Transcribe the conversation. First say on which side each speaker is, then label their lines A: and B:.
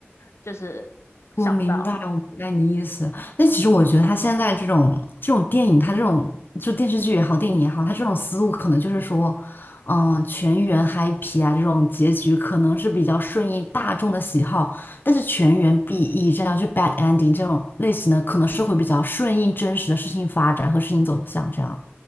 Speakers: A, on the left; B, on the left.
A: 就是想不到。
B: 我明白，我明白你的意思。但其实我觉得他现在这种这种电影，他这种就电视剧也好，电影也好，他这种思路可能就是说，嗯、全员 happy 啊，这种结局可能是比较顺应大众的喜好，但是全员 BE 这样就 bad ending 这种类型的，可能是会比较顺应真实的事情发展和事情走向这样。